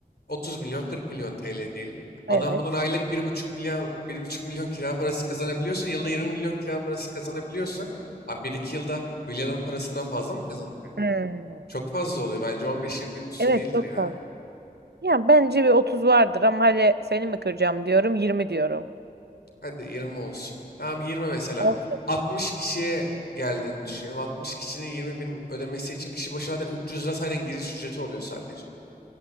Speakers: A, on the left; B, on the right.
A: 30 milyon 40 milyon TL diyelim. Adam
B: Evet.
A: bundan aylık bir buçuk milyon bir buçuk milyon kira parası kazanabiliyorsa yılda 20 milyon kira parası kazanabiliyorsa abi 1-2 yılda villanın parasından fazla mı kazanacak?
B: Hmm.
A: Çok fazla oluyor. Bence 15-20 bin üstü
B: Evet
A: değildir
B: çok
A: ya.
B: fazla. Ya bence bir 30 vardır ama hadi seni mi kıracağım diyorum yirmi diyorum.
A: Hadi 20 olsun. Tamam 20 mesela.
B: Olsun.
A: 60 kişiye geldiğini düşünelim. 60 kişinin 20 bin ödemesi için kişi başı zaten 300 lira zaten giriş ücreti oluyor sadece.